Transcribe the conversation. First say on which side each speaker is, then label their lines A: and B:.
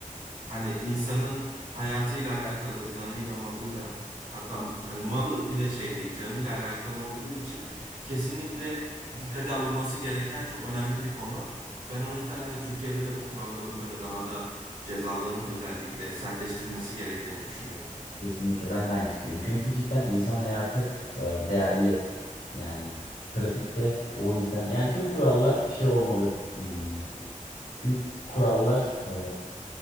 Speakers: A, on the right; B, on the left.
A: hani insanın hayatıyla alakalı, canıyla, malıyla hatta hani malı bile şey değil, canıyla alakalı olduğu için kesinlikle dikkate alınması gereken çok önemli bir konu. Ben o yüzden hani Türkiye'de de bu kuralların böyle daha da cezaların özellikle sertleştirilmesi gerektiğini düşünüyorum.
B: Kesinlikle ben de aynı fikirdeyim. Çünkü cidden insan hayatı e, değerli. Yani trafikte o yüzden yani tüm kurallar şey olmalı. Hmm, tüm kurallar e,